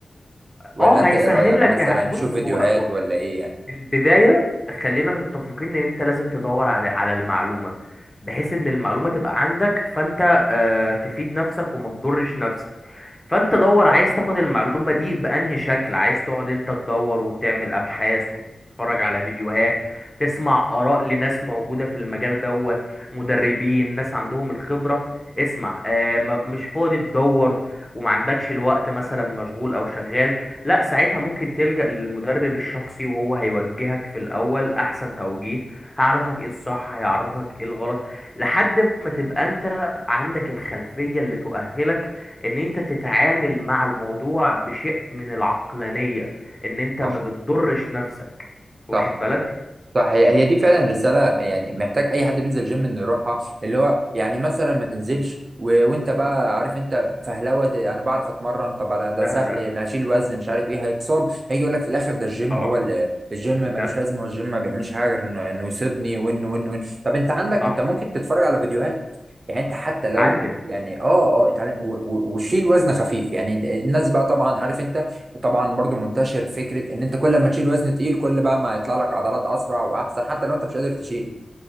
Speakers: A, on the right; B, on the left.
A: ولا
B: اه
A: انت
B: هيسهل
A: ايه رأيك
B: لك
A: مثلا
B: يا بص
A: يشوف فيديوهات
B: هو
A: ولا ايه يعني
B: البداية خلينا متفقين ان انت لازم تدور على على المعلومة بحيث ان المعلومة تبقى عندك فانت آه، تفيد نفسك وما تضرش نفسك فانت دور عايز تاخد المعلومة دي بأنهي شكل عايز تقعد انت تدور وتعمل ابحاث وتتفرج على فيديوهات تسمع آراء لناس موجودة في المجال دوت مدربين ناس عندهم الخبرة اسمع آه، ما- مش فاضي تدور وما عندكش الوقت مثلا مشغول او شغال لا ساعتها ممكن تلجأ للمدرب الشخصي وهو هيوجهك في الأول أحسن توجيه هيعرفك ايه الصح هيعرفك ايه الغلط لحد ما تبقى انت عندك الخلفية اللي تؤهلك ان انت تتعامل مع الموضوع بشيء من العقلانية ان انت
A: صح
B: ما بتضرش نفسك واخد
A: صح
B: بالك
A: صح هي هي دي فعلا رسالة يعني محتاج أي حد بينزل جيم إنه يروحها اللي هو يعني مثلا ما تنزلش و... وأنت بقى عارف أنت فهلوة أنا بعرف أتمرن طب أنا
B: لا
A: ده سهل
B: لا
A: أنا أشيل وزن مش عارف إيه هيتصاب هيجي يقول لك في الآخر ده الجيم
B: طبعا
A: هو ال... الجيم ملوش
B: لا
A: لازمة هو الجيم ما بيعملش حاجة غير إنه إنه يصيبني وإنه وإنه وإنه طب أنت عندك
B: صح
A: أنت ممكن تتفرج على فيديوهات يعني أنت حتى
B: تتعلم
A: لو يعني اه اه اتعلم و- و- وشيل وزن خفيف يعني الناس بقى طبعا عارف انت طبعا برضو منتشر فكره ان انت كل ما تشيل وزن تقيل كل بقى ما يطلع لك عضلات اسرع واحسن حتى لو انت مش قادر تشيل